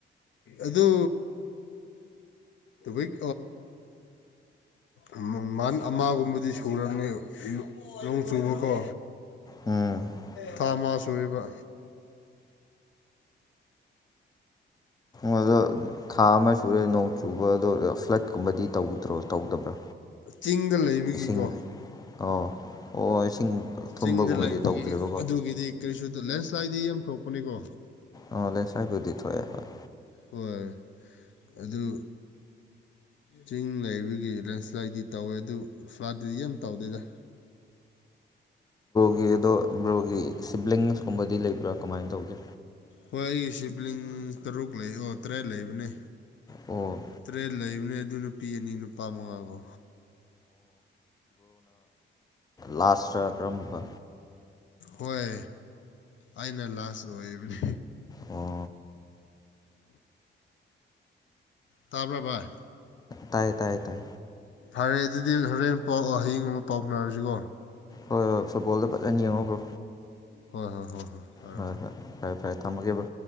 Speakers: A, on the left (about 70°); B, on the left (about 20°).
A: ꯑꯗꯨ ꯑꯩ ꯑ <inaudible> ꯃꯟ ꯑꯃꯒꯨꯝꯕꯗꯤ ꯁꯨꯔꯕꯅꯤ ꯅꯣꯡ ꯆꯨꯕꯀꯣ
B: ꯎꯝ
A: ꯊꯥ ꯃꯥ ꯁꯨꯔꯤꯕ
B: ꯑꯗꯣ ꯊꯥ ꯑꯃ ꯁꯨꯔꯦ ꯅꯣꯡ ꯆꯨꯕꯗꯣ ꯐ꯭ꯂꯠꯀꯨꯝꯕꯗꯤ ꯇꯧꯗ꯭ꯔꯣ ꯇꯧꯗꯕ꯭ꯔꯥ
A: ꯆꯤꯡꯗ ꯂꯩꯕꯒꯤꯀꯣ
B: ꯏꯁꯤꯡ ꯑꯣ ꯑꯣ ꯏꯁꯤꯡ ꯊꯨꯝꯕꯒꯨꯝꯕꯗꯤ
A: ꯆꯤꯡꯗ ꯂꯩꯕꯒꯤ
B: ꯇꯧꯗ꯭ꯔꯦꯕꯀꯣ
A: ꯑꯗꯨꯒꯤꯗꯤ ꯀꯔꯤꯁꯨ ꯂꯦꯟꯁ꯭ꯂꯥꯏꯗꯤ ꯌꯥꯝ ꯊꯣꯛꯄꯅꯤꯀꯣ
B: ꯑ ꯂꯦꯟꯁꯥꯏꯄꯨꯗꯤ ꯊꯣꯛꯑꯦ ꯍꯣꯏ
A: ꯍꯣꯏ ꯑꯗꯨ ꯆꯤꯡ ꯂꯩꯕꯒꯤ ꯂꯦꯟꯁ꯭ꯂꯥꯏꯗꯤ ꯇꯧꯋꯦ ꯑꯗꯨ ꯐ꯭ꯂꯥꯏꯠꯇꯗꯤ ꯌꯥꯝ ꯇꯧꯗꯦꯗ
B: ꯒꯤ ꯑꯗꯣ ꯕ꯭ꯔꯣꯒꯤ ꯁꯤꯕ꯭ꯂꯤꯡꯁ ꯀꯨꯝꯕꯗꯤ ꯂꯩꯕ꯭ꯔꯥ ꯀꯃꯥꯏꯅ ꯇꯧꯒꯦ
A: ꯍꯣꯏ ꯑꯩꯒꯤ ꯁꯤꯕ꯭ꯂꯤꯡ ꯇꯔꯨꯛ ꯂꯩ ꯑꯣ ꯇꯔꯦꯠ ꯂꯩꯕꯅꯦ
B: ꯑꯣ
A: ꯇꯔꯦꯠ ꯂꯩꯕꯅꯦ ꯑꯗꯨ ꯅꯨꯄꯤ ꯑꯅꯤ ꯅꯨꯄꯥ ꯃꯉꯥ ꯀꯣ
B: ꯂꯥꯁꯇ ꯀꯔꯝꯕ
A: ꯍꯣꯏ ꯑꯩꯅ ꯂꯥꯁ ꯑꯣꯏꯕꯅꯤ
B: ꯑꯣ
A: ꯇꯥꯔꯕ꯭ꯔ ꯚꯥꯏ
B: ꯇꯥꯏꯌꯦ ꯇꯥꯏ ꯇꯥꯏ
A: ꯐꯔꯦ ꯑꯗꯨꯗꯤ ꯍꯣꯔꯦꯟ ꯄꯥꯎ ꯍꯌꯦꯡ ꯑꯃꯨꯛ ꯄꯥꯎ ꯐꯥꯎꯅꯔꯁꯤꯀꯣ
B: ꯍꯣꯏ ꯍꯣꯏ ꯐꯨꯕꯣꯜꯗ ꯐꯖꯅ ꯌꯦꯡꯉꯨꯕ꯭ꯔꯣ
A: ꯍꯣꯏ ꯍꯣꯏ ꯍꯣꯏ ꯍꯣꯏ ꯐꯔꯦ
B: ꯍꯣꯏ
A: ꯐꯔꯦ
B: ꯍꯣꯏ ꯐꯔꯦ ꯐꯔꯦ ꯊꯝꯃꯒꯦꯕ